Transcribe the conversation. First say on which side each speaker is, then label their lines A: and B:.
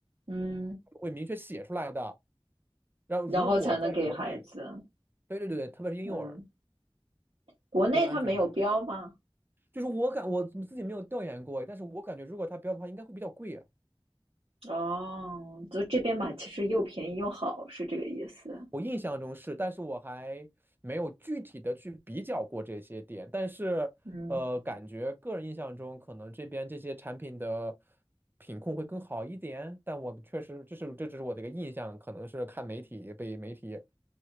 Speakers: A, on the right (about 80°); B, on the right (about 20°).
A: 嗯，
B: 会明确写出来的。然后如果在国内，
A: 然后才能给孩子。
B: 对对对对，特别是婴幼儿。
A: 嗯，国内它没有标吗？
B: 更安全一点。就是我感我自己没有调研过，但是我感觉如果它标的话，应该会比较贵啊。
A: 哦，就这边买其实又便宜又好，是这个意思。
B: 我印象中是，但是我还没有具体的去比较过这些点。但是，
A: 嗯，
B: 呃，感觉个人印象中，可能这边这些产品的品控会更好一点。但我确实，这是这只是我的一个印象，可能是看媒体被媒体，